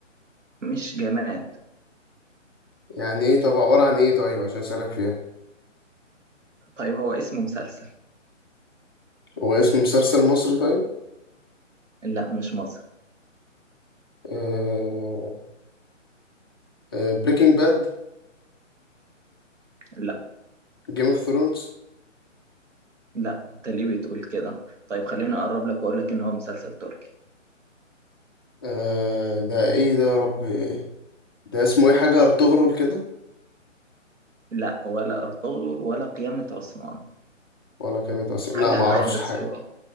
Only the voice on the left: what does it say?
يعني ايه طب عبارة عن ايه طيب عشان أسألك فيها
هو اسم مسلسل مصري طيب
آه آه بريكنج باد
جيم اوف ثرونز
آه ده ايه ده يا رب إيه؟ ده اسمه ايه حاجة ارطغرل كده
ولا كانت اصلا
لا ما اعرفش
حاجة